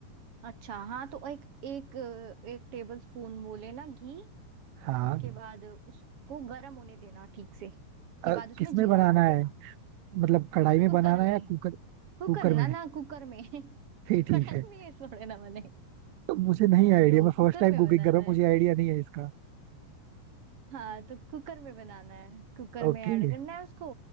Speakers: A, on the right; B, on the right.
A: अच्छा हाँ तो एक एक एक टेबल स्पून वो लेना घी
B: हाँ
A: उसके बाद उसको गर्म होने देना ठीक से उसके
B: अ,
A: बाद उसमें
B: किसमें
A: जीरा
B: बनाना
A: डाल देना
B: है मतलब कढ़ाई में
A: कुकर
B: बनाना
A: में
B: है या कुकर
A: कुकर
B: कुकर
A: ना
B: में
A: ना कुकर में <laughs>
B: फिर ठीक
A: कढ़ाई
B: है
A: में ये थोड़े ना बने
B: तो मुझे नहीं आइडिया
A: तो
B: मैं फर्स्ट
A: कुकर
B: टाइम
A: में
B: कुकिंग
A: बनाना
B: कर रहा हूँ
A: है
B: मुझे आइडिया नहीं है इसका
A: हाँ तो कुकर में बनाना है कुकर
B: ओके
A: में ऐड करना है उसको